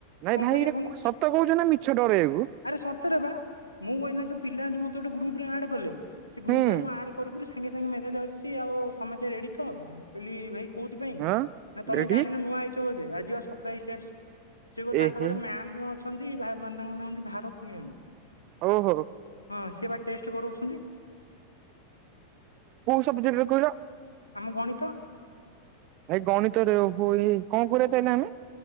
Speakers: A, on the right; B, on the left.
A: ନାଇଁ
B: କଣ
A: ଭାଇ
B: କରିବା
A: ଏଇଟା
B: ପୁଣି?
A: ସତ କହୁଛ ନା ମିଛ ଡରେଇବାକୁ।
B: ଆରେ ସତରେ ବା ମୁଁ ଏଇନା ଯୋଉ ପିଲା ମତେ ଗୋଟେ ଗ୍ରୁପ ରେ ଆଡ୍ କଲେ ସେ
A: ହୁଁ
B: ଗ୍ରୁପରେ ମୁଁ ଆଡ୍ କରୁ କରୁ ସାଙ୍ଗେ ସାଙ୍ଗେସାଙ୍ଗେ ମେସେଜ୍ ଆଶୁଛି ଆଉ ସମସ୍ତେ ରେଡ଼ି ତ ମୁଁ କହିଲି ଭାଇ କଉଥି ପାଇଁ
A: ହଁ
B: ନା ତମେ
A: ରେଡି
B: ଜାଣିନ ନୂଆ ଆଇଛ ବୋଧେ ଆଜି ସରପ୍ରାଇଜ ଟେଷ୍ଟ ସିଏ ତାଙ୍କର
A: ଏହେ
B: ଗୋଟେ ମ୍ୟାମ୍ ଅଛନ୍ତି ମାନେ ତାଙ୍କର ନାଁ ହୋଉଛି ଭାରତି ମ୍ୟାମ୍।
A: ହୋଉ ହୋଉ।
B: ହଁ ସିଏ ପା ଟେଷ୍ଟ କରଉଛନ୍ତି।
A: କୋଉ ସବଜେକ୍ଟରେ କହିଲ?
B: ଆମ ଗଣିତ।
A: ଭାଇ ଗଣିତରେ ହ କଣ କରିବା ତାହାଲେ ଆମେ?